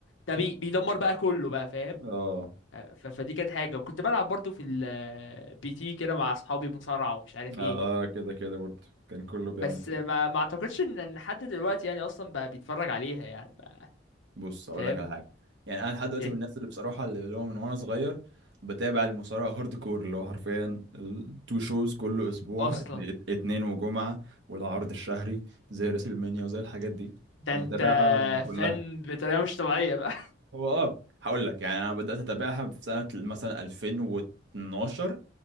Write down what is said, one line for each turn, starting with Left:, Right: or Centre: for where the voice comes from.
Left: ده بي بيدمر بقى كله بقى فاهم
Right: اه
Left: ف- فدي كانت حاجة وكنت بلعب برضو في البي تي كده مع اصحابي مصارعة ومش عارف
Right: اه
Left: ايه
Right: كده كده برضه كان كله بيعمل
Left: بس
Right: كده
Left: ما ما اعتقدش ان إن حد دلوقتي يعني اصلا بقى بيتفرج عليها يعني ما
Right: بص اقول
Left: فاهم
Right: لك على حاجة يعني انا لحد دلوقتي
Left: ايه
Right: من الناس اللي بصراحة اللي اللي هو من وانا صغير بتابع المصارعة هارد كور اللي هو حرفيا التو شوز كل اسبوع
Left: اصلا
Right: ات- ات- اتنين وجمعة والعرض الشهري زي ريسلمانيا وزي الحاجات دي
Left: ده
Right: بتابعها
Left: انت
Right: كلها
Left: فن بطريقة مش طبيعية بقى
Right: هو اه هقول لك يعني انا بدات اتابعها في سنه مثلا 2012